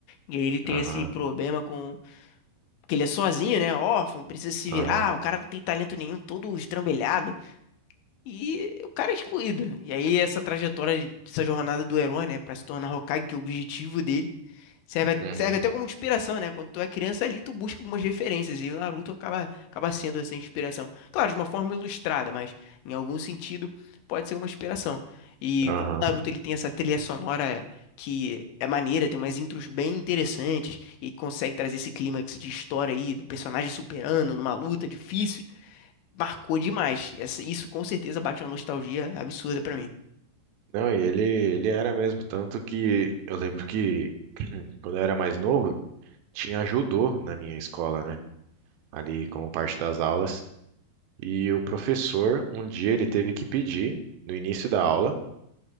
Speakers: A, on the left; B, on the right.
A: E aí ele tem
B: Aham,
A: esse problema com. Porque ele é sozinho, né? Órfão, precisa se
B: aham.
A: virar. O cara não tem talento nenhum, todo estrambelhado. E o cara é excluído. E aí essa trajetória, essa jornada do herói, né? Pra se tornar Hokage, que é o objetivo dele. Serve, a-
B: Uhum.
A: serve até como inspiração, né? Quando tu é criança ali, tu busca algumas referências e o Naruto acaba, acaba sendo essa inspiração. Claro, de uma forma ilustrada, mas em algum sentido pode ser uma inspiração. E
B: Aham.
A: como o Naruto ele tem essa trilha sonora que é maneira, tem umas intros bem interessantes e consegue trazer esse clímax de história aí do personagem superando numa luta difícil, marcou demais. Essa- isso com certeza bate uma nostalgia absurda pra mim.
B: Não, e ele, ele era mesmo, tanto que eu lembro que <clears throat> quando eu era mais novo, tinha judô na minha escola, né? Ali como parte das aulas. E o professor, um dia, ele teve que pedir, no início da aula,